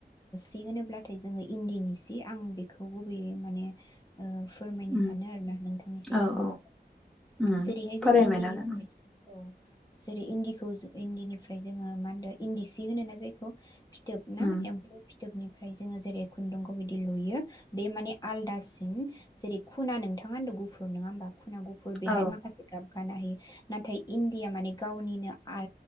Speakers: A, on the left (about 20°); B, in the centre.
A: होनोब्लाथाय जोङो इन्दिनि सि आं बेखौ गुबैयै माने ओ फोरमायनो
B: उम
A: सानो आरोना नोंथांनि सिगाङाव
B: औ औ उम
A: जेरैहाय
B: फरायनो
A: जों इण्डिनिफ्राय
B: मोनाखै
A: <unintelligible> जों औ। जेरै इन्दिखौ इन्दिनिफ्राय जोङो मा होनदों इन्दि सि होन ना जायखौ फिथोबना
B: उम
A: एम्फौ फि दोबनिफ्राय जोङो जेरै खुन्दुंखौ बिदि लुयो बे माने आलदासिन जेरै खुना नोंथाङा होनदों गुफुर नोङा होमबा? दखुनांगौफोर बेहाय
B: औ
A: माखासे गाब गानो हायो नाथाय इण्डिया मानि गावनिनो ओ